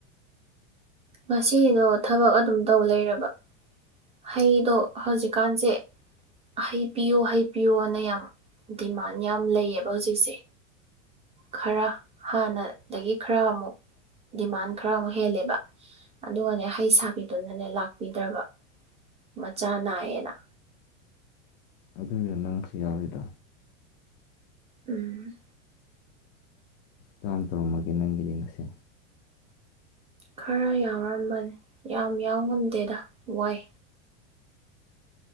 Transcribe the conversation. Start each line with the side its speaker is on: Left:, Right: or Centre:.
Right: ꯉꯁꯤꯗꯣ ꯊꯕꯛ ꯑꯗꯨꯝ ꯇꯧ ꯂꯩꯔꯕ ꯍꯩꯗꯣ ꯍꯧꯖꯤꯛꯀꯥꯟꯁꯦ ꯍꯩꯄꯤꯌꯣ ꯍꯩꯄꯤꯌꯣꯅ ꯌꯥꯝ ꯗꯤꯃꯥꯟ ꯌꯥꯝ ꯂꯩꯌꯦꯕ ꯍꯧꯖꯤꯛꯁꯦ꯫ ꯈꯔ ꯍꯥꯟꯅ ꯗꯒꯤ ꯈꯔ ꯑꯃꯨꯛ ꯗꯤꯃꯥꯟ ꯈꯔ ꯑꯃꯨꯛ ꯍꯦꯜꯂꯦꯕ ꯑꯗꯨꯒꯅꯦ ꯍꯩ ꯁꯥꯕꯤꯗꯨꯅꯅꯦ ꯂꯥꯛꯄꯤꯗ꯭ꯔꯕ ꯃꯆꯥ ꯅꯥꯏꯌꯦꯅ
Left: ꯑꯗꯨꯒꯤꯔ ꯅꯪ ꯉꯁꯤ ꯌꯥꯎꯔꯤꯗꯣ
Right: ꯎꯝ꯫
Left: ꯇꯥꯝ ꯇꯧꯔꯝꯃꯒꯦ ꯅꯪꯒꯤꯗꯤ ꯉꯁꯤ
Right: ꯈꯔ ꯌꯥꯎꯔꯝꯕꯅꯦ ꯌꯥꯝ ꯌꯥꯎ ꯉꯝꯗꯦꯗ ꯋꯥꯏ